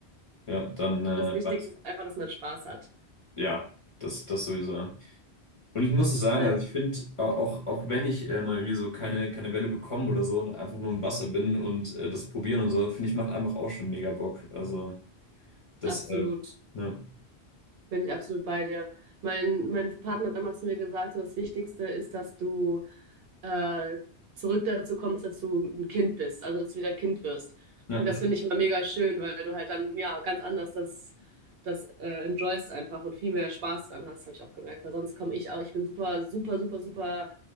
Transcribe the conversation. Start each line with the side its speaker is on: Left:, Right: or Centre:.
Left: ja, dann, äh,
Right: Das Wichtigste
Left: weiß-
Right: ist einfach, dass man Spaß hat.
Left: ja, das, das sowieso, ja. Und ich muss sagen,
Right: Weil
Left: also ich finde, auch, auch wenn ich äh, mal irgendwie so keine, keine Welle bekomme oder so, und einfach nur im Wasser bin und äh, das probieren und so, finde ich, macht einfach auch schon mega Bock. Also deshalb,
Right: absolut.
Left: ja,
Right: Bin ich absolut bei dir. Mein, mein Partner hat immer zu mir gesagt, so das Wichtigste ist, dass du äh, zurück dazu kommst, dass du ein Kind bist, also dass du wieder Kind wirst.
Left: ja,
Right: Und das finde ich immer mega schön, weil du halt dann ja ganz anders das, das äh, enjoyst einfach und viel mehr Spaß dran hast, habe ich auch gemerkt. Weil sonst komme ich auch, ich bin super, super, super, super